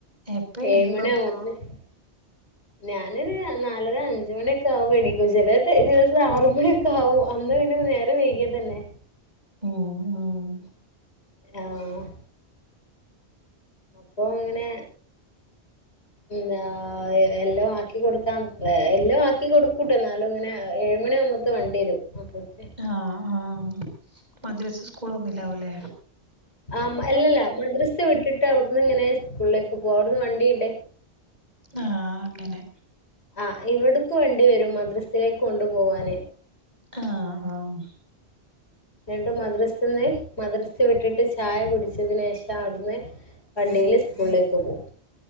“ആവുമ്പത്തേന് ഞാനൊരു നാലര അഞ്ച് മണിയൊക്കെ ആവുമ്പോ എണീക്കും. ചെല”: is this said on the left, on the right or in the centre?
Left